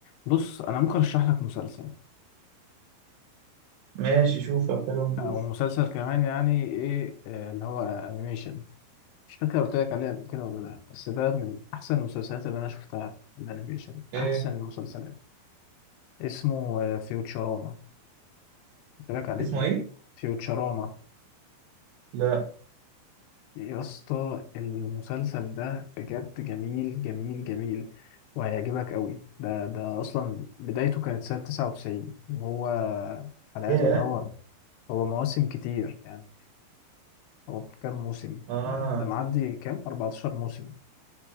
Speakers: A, on the left; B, on the right.
A: بص أنا ممكن أرشح لك مسلسل
B: ماشي شوف طب حلو نشوف
A: او مسلسل كمان يعني ايه آه، اللي هو انيميشن مش فاكر قلت لك عليه قبل كده ولا لا بس ده من احسن المسلسلات اللي انا شفتها الانيميشن
B: ايه
A: احسن المسلسلات اسمه فيوتشراما قلت لك عليه
B: اسمه ايه
A: فيوتشراما
B: لا
A: يا اسطى المسلسل ده بجد جميل جميل جميل وهيعجبك قوي ده ده اصلا بدايته كانت سنة 99 وهو حلقاته
B: ياه
A: ده هو هو مواسم كتير يعني هو كام موسم
B: اه
A: ده, ده معدي كام 14 موسم